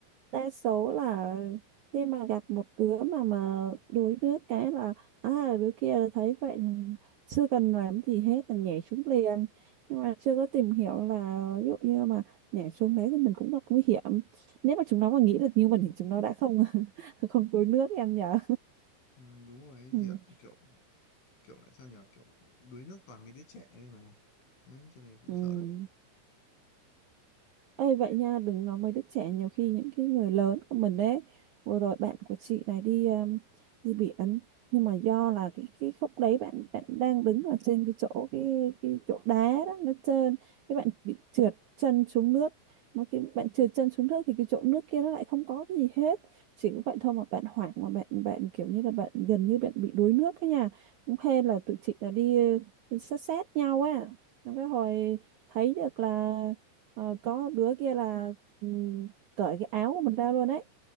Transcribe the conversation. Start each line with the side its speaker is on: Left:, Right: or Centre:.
Right: đa số là khi mà gặp một đứa mà mà đuối nước cái là à đứa kia thấy vậy là chưa cần làm gì hết là nhảy xuống liền nhưng mà chưa có tìm hiểu là ví dụ như mà nhảy xuống đấy thì mình cũng gặp nguy hiểm nếu mà chúng nó mà nghĩ được như mình thì chúng nó đã không <laughs> không đuối nước em nhở
Left: ừ, đúng rồi ấy
Right: ừ.
Left: chị ạ kiểu kiểu lại sao nhỉ kiểu đuối nước toàn mấy đứa trẻ đây mà đấy, cho nên em cũng
Right: Ừ.
Left: sợ lắm
Right: Ê vậy nha, đừng nói mấy đứa trẻ nhiều khi những cái người lớn của mình đấy. Vừa rồi bạn của chị này đi um, đi biển nhưng mà do là cái cái khúc đấy bạn bạn đang đứng ở trên cái chỗ cái cái chỗ đá đó nó trơn, cái bạn bị trượt chân xuống nước. Mà khi bạn trượt chân xuống nước thì cái chỗ nước kia nó lại không có cái gì hết. Chỉ có vậy thôi mà bạn hoảng mà bạn bạn kiểu như là bạn gần như bạn bị đuối nước ấy nha. Cũng hên là tụi chị là đi ừ, sát sát nhau á. Xong Cái hồi thấy được là Ờ, có đứa kia là ừm, cởi cái áo của mình ra luôn đấy